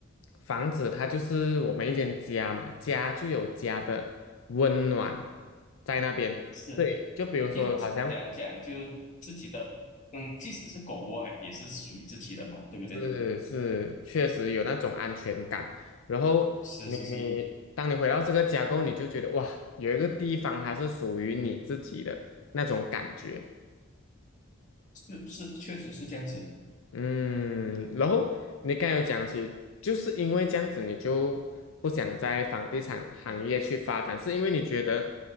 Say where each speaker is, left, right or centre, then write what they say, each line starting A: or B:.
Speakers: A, on the left; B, on the left.
A: 房子它就是我们一间家嘛，家就有家的温暖在那边。
B: 是，
A: 对，就比如说好像。
B: 因为怎样讲就自己的，嗯，即使是狗窝啊也是属于自己的嘛，对不对？
A: 是是，确实有那种安全感。然后你你，
B: 是是是
A: 当你回到这个家过后，你就觉得哇，有一个地方它是属于你自己的那种感觉。
B: 是是，确实是这样子。
A: 嗯，然后你刚才有讲起，就是因为这样子，你就不想在房地产行业去发展，是因为你觉得